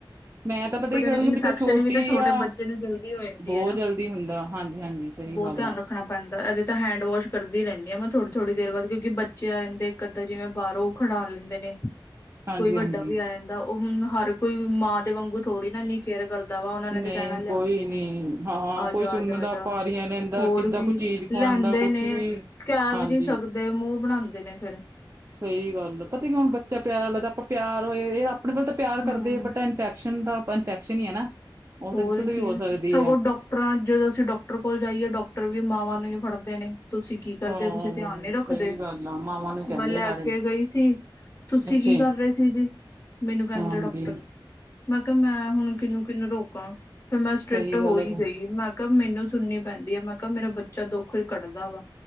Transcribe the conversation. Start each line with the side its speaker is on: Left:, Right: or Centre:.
Right: ਮੈਂ ਤਾਂ ਪਤਾ
Left: ਕੁਝ
Right: ਹੀ ਕਰੂੰਗੀ
Left: ਅਨੂ ਇਨਫੈਕਸ਼ਨ
Right: ਬੱਚਾ ਛੋਟੀ
Left: ਵੀ ਤਾਂ ਛੋਟੇ
Right: ਆ
Left: ਬੱਚੇ ਨੂੰ ਜਲਦੀ ਹੋ ਜਾਂਦੀ
Right: ਬਹੁਤ
Left: ਹੈ ਨਾ
Right: ਜਲਦੀ ਹੁੰਦਾ ਹਾਂਜੀ ਹਾਂਜੀ ਸਹੀ
Left: ਬਹੁਤ
Right: ਗੱਲ
Left: ਧਿਆਨ
Right: ਆ
Left: ਰੱਖ ਰੱਖਣਾ ਪੈਂਦਾ, ਏਦੇ ਤਾਂ ਹੈਂਡ ਵੌਸ਼ ਕਰਦੀ ਰਹਿੰਦੀ ਆ ਮੈਂ ਥੋੜ੍ਹੀ - ਥੋੜ੍ਹੀ ਦੇਰ ਬਾਅਦ ਕਿਉਂਕਿ ਬੱਚੇ ਆ ਜਾਂਦੇ ਇੱਕ ਅੱਧਾ, ਜਿਵੇਂ ਬਾਹਰੋਂ ਖਡਾ ਲੈਂਦੇ ਨੇ
Right: ਹਾਂਜੀ
Left: ਕੋਈ ਵੱਡਾ
Right: ਹਾਂਜੀ
Left: ਵੀ ਆ ਜਾਂਦਾ ਉਹ ਹੁਣ ਹਰ ਕੋਈ ਮਾਂ ਦੇ ਵਾਂਗੂ ਥੋੜੀ ਨਾ ਐਨੀ ਕੇਅਰ ਕਰਦਾ ਵਾ ਉਹਨਾਂ ਨੇ
Right: ਨਹੀਂ
Left: ਤੇ ਕਹਿਣਾ ਲਿਆ
Right: ਕੋਈ
Left: ਕੇ
Right: ਨੀ
Left: ਦੇਦੇ
Right: ਹਾਂ
Left: ਆ
Right: ਕੋਈ
Left: ਜਾ,
Right: ਚੁੰਮਦਾ
Left: ਆ ਜਾ
Right: ਪਾਰੀਆਂ ਲੈਂਦਾ
Left: ਹੋਰ
Right: ਕਿੱਦਾਂ
Left: ਕੀ
Right: ਕੋਈ ਚੀਜ਼ ਖਵਾਉਂਦਾ
Left: ਲੈਂਦੇ
Right: ਕੁਛ
Left: ਨੇ,
Right: ਵੀ
Left: ਕਹਿ
Right: ਹਾਂਜੀ
Left: ਵੀ ਨਹੀਂ ਸਕਦੇ ਮੂੰਹ ਬਣਾਉਂਦੇ ਨੇ ਫਿਰ
Right: ਸਹੀ ਗੱਲ ਆ, ਪਤਾ ਕੀ ਹੁਣ ਬੱਚਾ ਪਿਆਰ ਲੱਗਦਾ ਆਪਾਂ ਪਿਆਰ ਹੋਏ ਇਹ ਆਪਣੇ ਮਤਲਬ ਤਾਂ ਪਿਆਰ
Left: ਹਮ
Right: ਕਰਦੇ, ਬਟ ਇਨਫੈਕਸ਼ਨ ਦਾ ਆਪਾਂ ਇਨਫੈਕਸ਼ਨ ਹੀ ਹੈ ਨਾ ਉਹ
Left: ਹੋਰ
Right: ਤਾਂ ਕਿਸੇ ਤੋਂ
Left: ਕੀ
Right: ਵੀ ਹੋ ਸਕਦੀ
Left: ਸਗੋਂ
Right: ਹੈ।
Left: ਡਾਕਟਰਾਂ, ਜਦੋਂ ਅਸੀਂ ਡਾਕਟਰ ਕੋਲ ਜਾਈਏ ਡਾਕਟਰ ਵੀ ਮਾਵਾਂ ਨੂੰ ਹੀ ਫੜਦੇ ਨੇ। ਤੁਸੀਂ ਕੀ ਕਰਦੇ
Right: ਹਾਂ
Left: ਹੋ? ਤੁਸੀਂ ਧਿਆਨ ਨਹੀਂ
Right: ਸਹੀ
Left: ਰੱਖਦੇ
Right: ਗੱਲ ਆ ਮਾਵਾਂ ਨੂੰ ਕਹਿੰਦੇ
Left: ਮੈਂ ਲੈ
Right: ਸਾਰੇ
Left: ਕੇ ਗਈ ਸੀ। ਤੁਸੀਂ
Right: ਅੱਛੇ
Left: ਕੀ ਕਰ ਰਹੇ ਸੀ ਜੀ? ਮੈਨੂੰ ਕਹਿੰਦੇ
Right: ਹਾਂਜੀ
Left: ਡਾਕਟਰ। ਮੈਂ ਕਿਹਾ ਮੈਂ ਹੁਣ ਕਿਹਨੂੰ, ਕਿਹਨੂੰ ਰੋਕਾਂ ਫੈਰ ਮੈਂ ਸਟ੍ਰਿਕਟ
Right: ਸਹੀ ਗੱਲ
Left: ਹੋ ਹੀ
Right: ਹੈ
Left: ਗਈ, ਮੈਂ ਮੈਂ ਕਿਹਾ ਮੈਨੂੰ ਸੁਣਨੀ ਪੈਂਦੀ ਆ, ਮੈਂ ਕਿਹਾ ਮੇਰਾ ਬੱਚਾ ਦੁੱਖ ਕੱਢਦਾ ਵਾ।